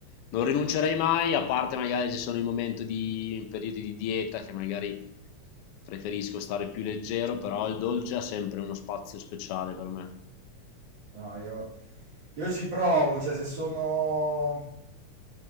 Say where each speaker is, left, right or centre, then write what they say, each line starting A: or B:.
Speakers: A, on the left (about 85°); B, on the right (about 80°).
A: non rinuncerei mai, a parte magari ci sono i momenti di in periodi di dieta che magari preferisco stare più leggero, però il dolce ha sempre uno spazio speciale per me.
B: No, io, io ci provo, cioè se sono,